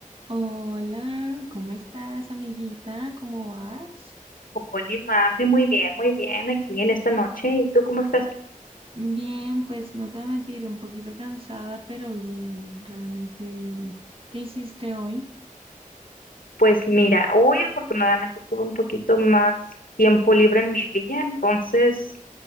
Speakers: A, on the right; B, on the left.
A: Hola, ¿cómo estás, amiguita? ¿Cómo vas?
B: Hola, Mafe, muy bien, muy bien aquí en esta noche. ¿Y tú cómo estás?
A: Bien, pues no te voy a mentir, un poquito cansada, pero bien, realmente bien. ¿Qué hiciste hoy?
B: Pues mira, hoy afortunadamente tuve un poquito más tiempo libre en mi día, entonces